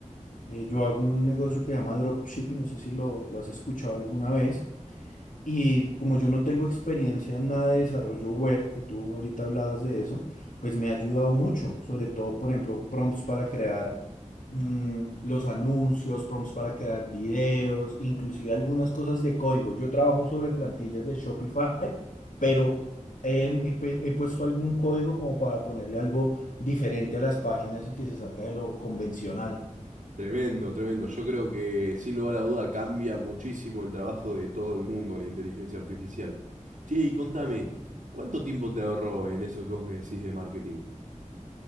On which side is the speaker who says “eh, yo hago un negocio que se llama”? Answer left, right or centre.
Left